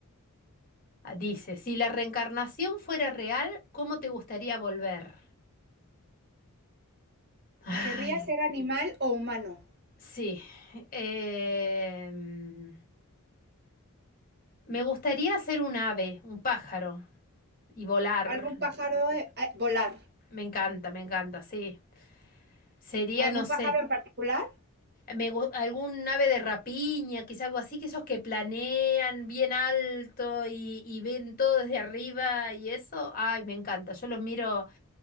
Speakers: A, on the left; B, on the right.
A: Ah, Dice, si la reencarnación fuera real, ¿cómo te gustaría volver? Ay,
B: ¿Querría ser animal o humano?
A: sí. Em, me gustaría ser un ave, un pájaro, y volar.
B: ¿Algún pájaro eh, eh, volar?
A: Me encanta, me encanta, sí. Sería,
B: ¿Algún
A: no
B: pájaro
A: sé,
B: en particular?
A: me gu- algún ave de rapiña, quizá algo así, que esos que planean bien alto y, y ven todo desde arriba y eso. Ay, me encanta. Yo los miro.